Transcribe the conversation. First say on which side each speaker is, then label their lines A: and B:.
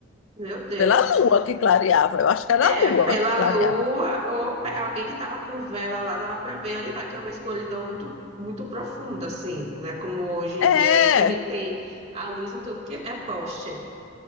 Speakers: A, on the right; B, on the left.
A: meu Deus.
B: Pela lua que clareava. Eu acho que era
A: É,
B: a lua
A: pela
B: que clareava.
A: lua ou pe- alguém que tava com vela lá, dava pra ver ali lá, que é uma escuridão muito, muito profunda, assim, né? Como hoje em
B: É,
A: dia aí, que a gente tem a luz em tudo que é poste.